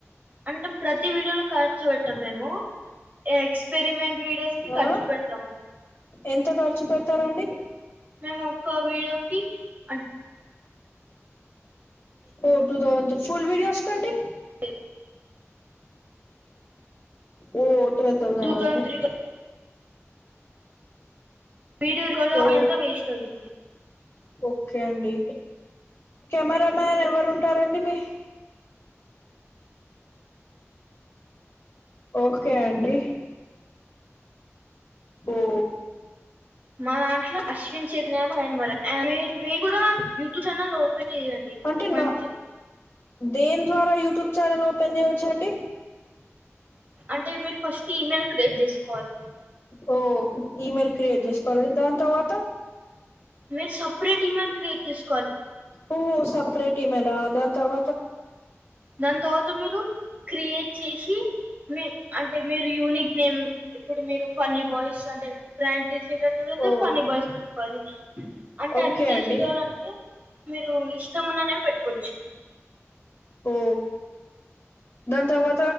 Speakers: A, on the right (about 35°); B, on the left (about 50°).
A: అంటే ప్రతి వీడియోలో ఖర్చుూ పెట్టం మేము ఎక్స్పెరిమెంట్ వీడియోస్ కి
B: ఆ
A: ఖర్చు పెడతాము
B: ఎంత ఖర్చు పెడతారండి
A: మేము ఒక వీడియో కి అన్
B: ఓ టూ థౌసండ్ ఫుల్ వీడియోస్ కండి
A: చె
B: ఓ టువల్ తౌజనా
A: టూ thousand
B: అండి
A: three thousand video record కాని
B: ఓ
A: అంతా వేస్ట్ అవుతుంది
B: ఓకే అండి కెమెరా మ్యాన్ ఎవరు ఉంటారండి మీ ఓకే అండి ఓ
A: మా దాంట్లో అశ్విన్ చైతన్యా ఒక ఆయన మరి ఆని మీ కూడా యూట్యూబ్ ఛానల్ ఓపెన్ చేయండి
B: అంటే
A: మంచి
B: నా దేని ద్వారా యూట్యూబ్ ఛానల్ పెన్ చెయ్యచ్చండి
A: అంటే మీరు ఫస్ట్ ఈమెయిల్ క్రియేట్ చేసుకోవాలి
B: ఓ ఇమెయిల్ క్రియేట్ చేసుకోవాలండి దాని తర్వాత
A: మీరు సపరేట్ ఇమెయిల్ క్రియేట్ చెస్
B: ఓ సప్రేట్ ఇమెయిలా దాని తర్వ
A: దాని తర్వాత మీరు క్రియేట్ చేసి మీ అంటే మీరు యూనిక్ నేమ్ ఇప్పుడు మీరు ఫన్నీ బాయ్స్ అంటే ఫ్రాంక్ చేసేటట్టు లేదు
B: ఓ
A: ఫన్నీ బా బాయ్స్ పెట్టుకోవాలి. అంటే
B: ఓకే
A: అన్ని చేసేటోళ్
B: అండి
A: అంటే మీరు ఇష్టమున్న నేమ్ పెట్టుకోవచ్చు.
B: ఓ దాన్ తర్వా